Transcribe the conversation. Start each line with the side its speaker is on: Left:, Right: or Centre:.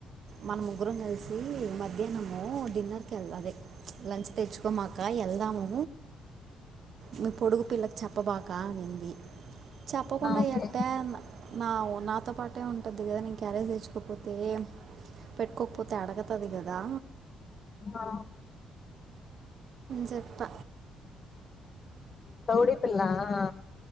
Right: మనము ముగ్గురం కలిసి మధ్యాహ్నం ము డిన్నర్కి వెళ్దది లంచ్ తెచ్చుకోమాక వెళ్దాము మీ పొడుగు పిల్లకి చెప్పం బాకా అనింది చెప్పకుండా
Left: ఆ ఓకే
Right: ఎట్టే నా నా అతో పాటే ఉంటుంది కదా నేను క్యారేజ్ తెచ్చుకోకపోతే పెట్టుకోకపోతే అడగుతుంది కదా
Left: ఆ
Right: చెప్ప
Left: దౌడిపిలా ఆ